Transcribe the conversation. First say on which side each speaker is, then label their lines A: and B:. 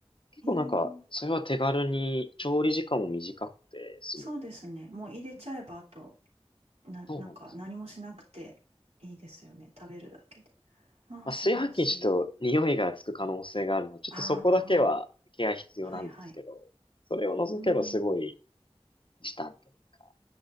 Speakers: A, on the left (about 50°); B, on the right (about 85°).
A: 結構なんか、
B: ええ、
A: それは手軽に調理時間も短くて済むの。
B: そうですね。もう入れちゃえば、あと、な、
A: そうなんです。
B: なんか何もしなくていいですよね。食べるだけで。ああ、
A: まあ、
B: 素晴らしい。
A: 炊飯器にちょっと匂いがつく可能性があるので、ちょっとそこだけはケア必要なんですけど、
B: ああ。はいはい。
A: それを除けばすごい
B: うーん。
A: 時短というか、